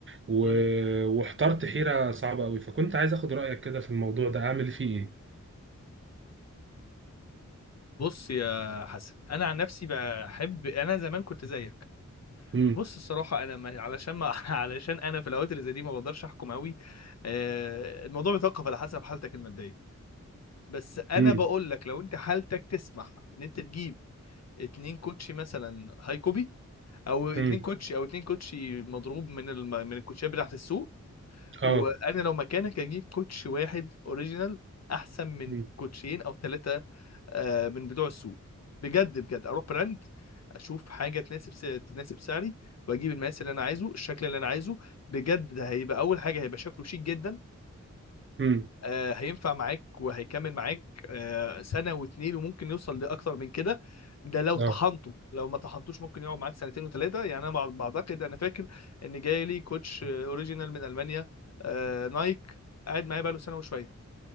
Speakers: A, on the right; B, on the left.
A: و-
B: مم.
A: واحترت حيره صعبه قوي فكنت عايز اخد رايك كده في الموضوع ده اعمل فيه ايه
B: بص يا حسن انا عن نفسي بحب انا زمان كنت زيك
A: امم
B: بص الصراحه انا ما... علشان ما... <laughs> علشان انا في الاوقات اللي زي دي ما بقدرش احكم قوي آه... الموضوع بيتوقف على حسب حالتك الماديه بس انا
A: امم
B: بقول لك لو انت حالتك تسمح ان انت تجيب اتنين كوتشي مثلا هاي كوبي او اتنين
A: امم
B: كوتشي او اتنين كوتشي مضروب من الم... من الكوتشيات بتاعت السوق وانا
A: اه
B: لو مكانك اجيب كوتش واحد اوريجينال احسن من
A: امم
B: كوتشين او ثلاثه آه، من بتوع السوق بجد بجد اروح براند اشوف حاجه تناسب س... تناسب سعري واجيب المقاس اللي انا عايزه الشكل اللي انا عايزه بجد ده هيبقى اول حاجه هيبقى شكله شيك جدا
A: امم
B: آه، هينفع معاك وهيكمل معاك آه، سنه واتنين وممكن يوصل لاكتر من كده ده لو طحنته
A: اه
B: لو ما طحنتوش ممكن يقعد معاك سنتين وثلاثه يعني انا مع- بعتقد انا فاكر ان جاي لي كوتش اوريجينال من المانيا آه، نايك قاعد معايا بقاله سنه وشويه